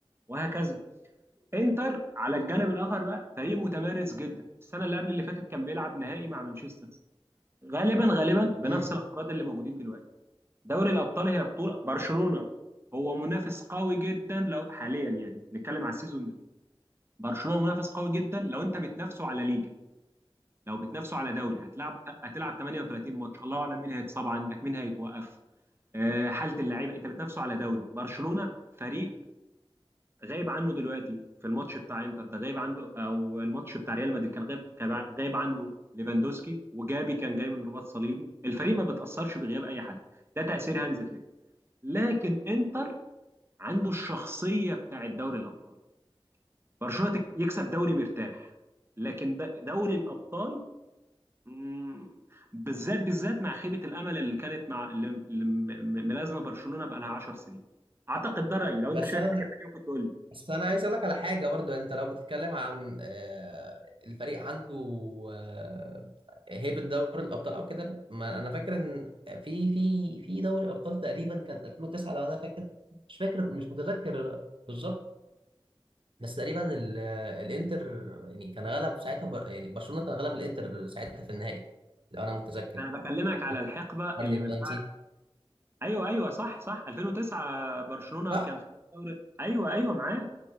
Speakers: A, on the right (about 25°); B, on the right (about 65°).
A: وهكذا انتر على الجانب الآخر بقى فريق متمرس جدا السنة اللي قبل اللي فاتت كان بيلعب نهائي مع مانشستر سيتي غالبا غالبا بنفس
B: امم
A: الأفراد اللي موجودين دلوقتي دوري الابطال هي بطوله برشلونه هو منافس قوي جدا لو حاليا يعني نتكلم على السيزون ده برشلونه منافس قوي جدا لو انت بتنافسه على ليجا لو بتنافسه على دوري هتلعب هتلعب 38 ماتش الله اعلم مين هيتصاب عندك مين هيتوقف آه، حاله اللعيبه انت بتنافسه على دوري برشلونه فريق غايب عنه دلوقتي في الماتش بتاع انتر ده غايب عنده او الماتش بتاع ريال مدريد كان غايب كان غايب عنده ليفاندوسكي وجابي كان جاي من رباط صليبي الفريق ما بتاثرش بغياب اي حد ده تاثير هانز فليك لكن انتر عنده الشخصيه بتاعت دوري الابطال برشلونه تك- يكسب دوري مرتاح لكن د- دوري الابطال مم، بالذات بالذات مع خيبه الامل اللي كانت مع اللي اللي م- م- ملازمه برشلونه بقى لها 10 سنين اعتقد ده رايي لو
B: بس
A: انت شايف
B: انا
A: حاجه ثانيه ممكن تقول لي
B: بس انا عايز اقول لك على حاجه برضو يعني انت لو بتتكلم عن آه، الفريق عنده آه، هيبه دوري الابطال او كده ما انا فاكر ان في في في دوري الابطال تقريبا كانت 2009 لو انا فاكر مش فاكر مش متذكر بالظبط بس تقريبا ال- الانتر يعني كان غلب ساعتها بر يعني برشلونه كان غلب الانتر ساعتها في النهائي لو انا متذكر
A: انا بكلمك على
B: فكرني
A: الحقبه اللي
B: لو
A: من بعد
B: أنا نسيت
A: ايوه ايوه صح صح 2009 برشلونه
B: صح
A: كان خد دوري ايوه ايوه معاك